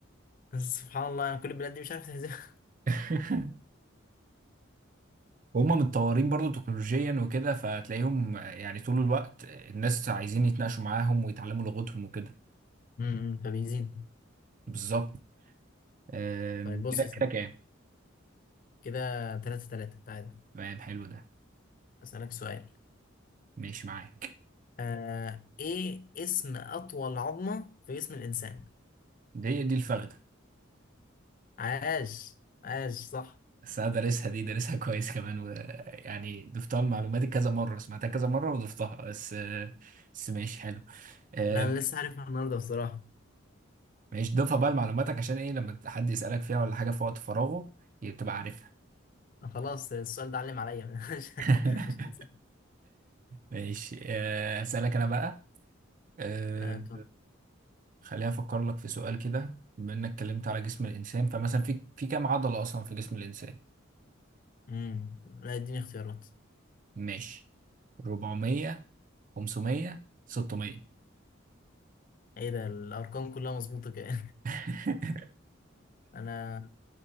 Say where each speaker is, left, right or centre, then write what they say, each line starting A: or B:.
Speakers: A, on the left; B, on the right.
A: بس سبحان الله يعني كل البلاد دي مش عارف تهزمها
B: <laughs> وهم متطورين برضو تكنولوجيا وكده فتلاقيهم يعني طول الوقت الناس عايزين يتناقشوا معاهم ويتعلموا لغتهم وكده
A: أمم، فبيزيد <laughs>
B: بالظبط آم،
A: طيب بص
B: كده
A: يا سيدي.
B: كده كام
A: كده تلاتة تلاتة تعالى
B: تمام حلو ده
A: أسألك سؤال
B: ماشي معاك
A: آه... إيه اسم أطول عظمة في جسم الإنسان؟
B: دي دي الفخدة
A: عاش عاش صح
B: بس انا دارسها دي دارسها <laughs> كويس كمان ويعني ضفتها لمعلوماتي كذا مرة سمعتها كذا مرة وضفتها بس آه، بس ماشي حلو آم،
A: لا، أنا لسه عارفها النهاردة بصراحة
B: ماشي ضيفها بقى لمعلوماتك عشان ايه لما حد يسألك فيها ولا حاجة في وقت فراغه تبقى عارفها
A: خلاص السؤال ده علم عليا <laughs> مش
B: <laughs>
A: مش هنساه
B: ماشي آه، اسألك انا بقى آه،
A: آه، طب.
B: خليني افكر لك في سؤال كده بما انك اتكلمت على جسم الانسان فمثلا في في كام عضله اصلا في جسم الانسان
A: امم لا اديني اختيارات
B: ماشي 400 500 600
A: ايه ده الارقام كلها مظبوطه كده
B: <laughs>
A: <laughs> انا